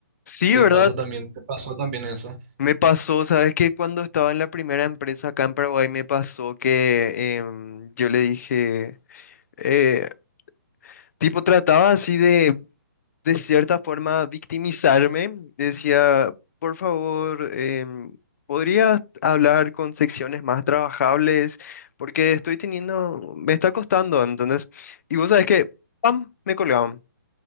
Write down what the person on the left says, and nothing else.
Sí,
¿verdad?
Me pasó, ¿sabes qué? Cuando estaba en la primera empresa acá en Paraguay, me pasó que em, yo le dije, eh, tipo, trataba así de, de cierta forma, victimizarme. Decía, por favor, em, ¿podrías hablar con secciones más trabajables? Porque estoy teniendo, me está costando, ¿entendés? Y vos sabes que, ¡pam!, me colgaban.